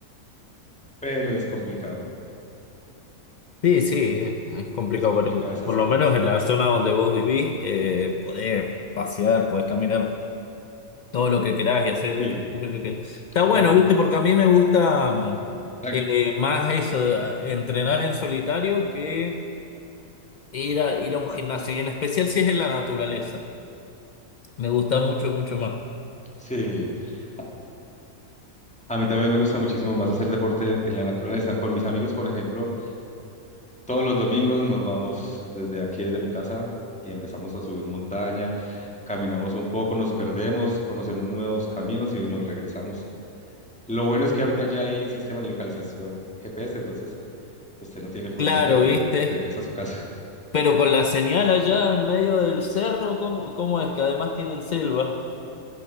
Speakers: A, in the centre; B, on the left.
A: Pero es complicado,
B: Sí, sí, eh, es complicado,
A: es complicada
B: pero
A: esas
B: por
A: zonas.
B: lo menos en la zona donde vos vivís, eh, podés pasear, podés caminar todo lo que querás y hacer el
A: Sí,
B: ejercicio que querás. Está bueno,
A: tran,
B: ¿viste? Porque a mí me gusta mm,
A: tran-
B: eh, más eso, entrenar en solitario que ir a, ir a un gimnasio, y en especial si es en la naturaleza. Me gusta mucho, mucho más.
A: sí. A, a mí también me gusta muchísimo más hacer deporte en la naturaleza. Con mis amigos, por ejemplo, todos los domingos nos vamos desde aquí, desde mi casa, y empezamos a subir montaña, caminamos un poco, nos perdemos, conocemos nuevos caminos y nos regresamos. Lo bueno es que ahorita ya hay sistemas de localización GPS, entonces usted no tiene problema
B: Claro,
A: en pérdida,
B: ¿viste?
A: regresa a su casa. <laughs>
B: Pero con la señal allá en medio del cerro, ¿cómo, cómo es? Que además tienen selva.